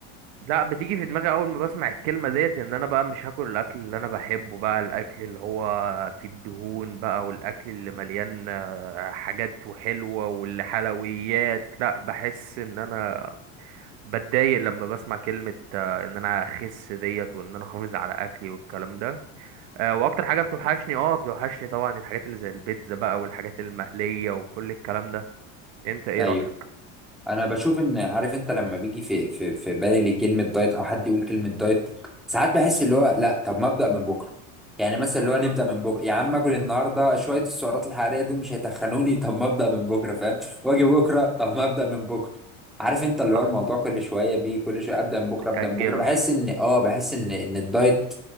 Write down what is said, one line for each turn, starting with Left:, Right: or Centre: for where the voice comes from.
Right: لا بتيجي في دماغي اول ما بسمع الكلمه ديت ان انا بقى مش هاكل الاكل اللي انا بحبه بقى الاكل اللي هو فيه الدهون بقى والاكل اللي مليان آه، حاجات وحلوه والحلويات لا بحس ان انا بتضايق لما بسمع كلمه آه، ان انا اخس ديت وان انا احافظ على اكلي والكلام ده آه، واكتر حاجه بتوحشني اه بتوحشني طبعا الحاجات اللي زي البيتزا بقى والحاجات المقليه وكل الكلام ده انت ايه
Centre: ايوه
Right: رايك
Centre: انا بشوف ان عارف انت لما بيجي في في في بالي كلمه دايت او حد يقول كلمه دايت ساعات بحس اللي هو لا طب ما ابدا من بكره يعني مثلا اللي
Right: آه،
Centre: هو نبدا من بكره يا عم اكل النهارده شويه السعرات الحراريه دول مش هيتخنوني <laughs> طب ما ابدا من بكره فاهم واجي بكره طب ما ابدا من بكره عارف انت اللي
Right: صح
Centre: هو الموضوع كل شويه بيه كل شويه ابدا من بكره
Right: بتاجله
Centre: ابدا من بكره بحس ان اه بحس ان ان الدايت